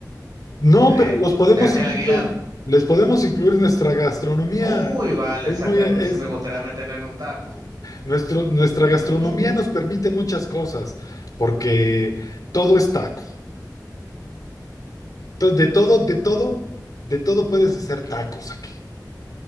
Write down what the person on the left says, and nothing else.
No,
pero los podemos
incluir,
les podemos incluir nuestra gastronomía.
Es
muy,
es,
nuestro, nuestra gastronomía
nos permite muchas cosas, porque todo es taco. To- De todo, de todo, de todo puedes hacer tacos aquí.